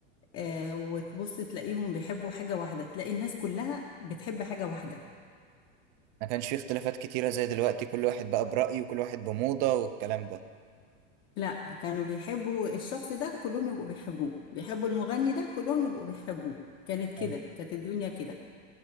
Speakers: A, on the left; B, on the right.
A: آه، وتبص تلاقيهم بيحبوا حاجه واحده تلاقي الناس كلها بتحب حاجه واحده
B: ما كانش فيه اختلافات كتيرة زي دلوقتي كل واحد بقى برأيه وكل واحد بموضة والكلام ده
A: لا كانوا بيحبوا الشخص ده كلهم يبقوا بيحبوه بيحبوا المغني ده كلهم يبقوا بيحبوه كانت كده
B: آه.
A: كانت الدنيا كده